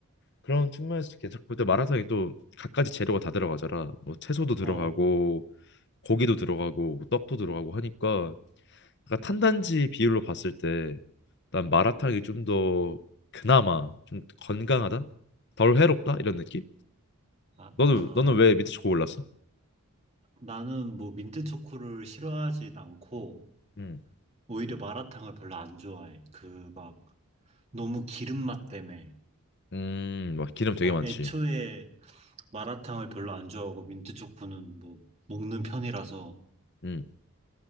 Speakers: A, on the left (about 50°); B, on the right (about 30°).
A: 그런 측면에서 괜찮고 근데 마라탕이 또 갖가지 재료가 다 들어가잖아. 뭐 채소도 들어가고
B: 어.
A: 고기도 들어가고 뭐 떡도 들어가고 하니까 약간 탄단지 비율로 봤을 때 난 마라탕이 좀 더 그나마 좀 건강하다? 덜 해롭다? 이런 느낌?
B: 아,
A: 너는
B: 아,
A: 너는 왜 민트 초코 골랐어?
B: 나는 뭐 민트 초코를 싫어하진 않고,
A: 음.
B: 오히려 마라탕을 별로 안 좋아해. 그 막, 너무 기름 맛 때문에.
A: 음, 막 기름 되게
B: 어,
A: 많지.
B: 애초에 마라탕을 별로 안 좋아하고, 민트 초코는 뭐, 먹는 편이라서.
A: 음.